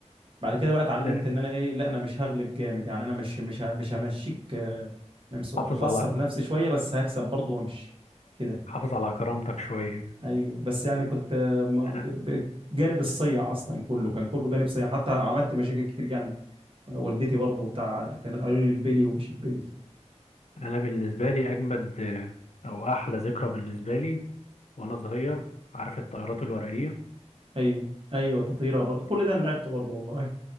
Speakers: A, on the right (about 50°); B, on the left (about 70°).
A: بعد كده بقى اتعلمت
B: ده
A: ان انا ايه لا انا مش هغلب جامد يعني انا مش مش ه- مش همشيك آه، ممسوح
B: حافظ
A: هخسر
B: على
A: نفسي شوية بس هكسب برضه وامشي كده
B: حافظ على كرامتك شوية
A: ايوه بس يعني كنت آه، ما-
B: أنا
A: ب- ب- جانب الصيع اصلا كله كان كله جانب صيع حتى عملت مشاكل كتير يعني والدتي برضو بتاع كانوا قالوا لي البلي ومش البلي
B: أنا بالنسبة لي أجمد آه، أو أحلى ذكرى بالنسبة لي وأنا صغير عارف الطيارات الورقية
A: ايوه ايوه تطيره بر... كل
B: دي
A: ده انا لعبته برضو والله